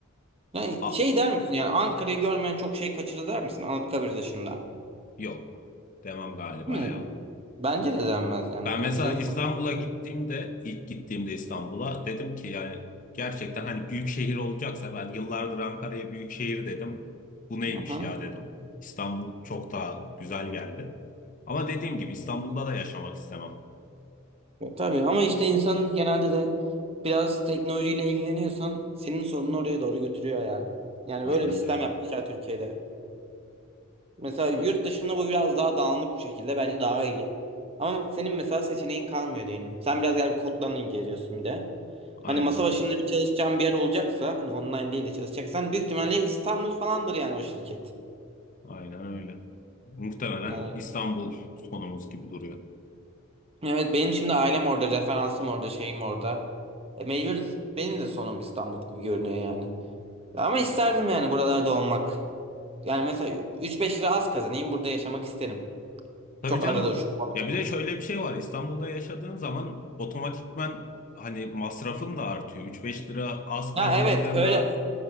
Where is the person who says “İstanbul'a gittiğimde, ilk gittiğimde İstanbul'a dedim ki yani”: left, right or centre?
Left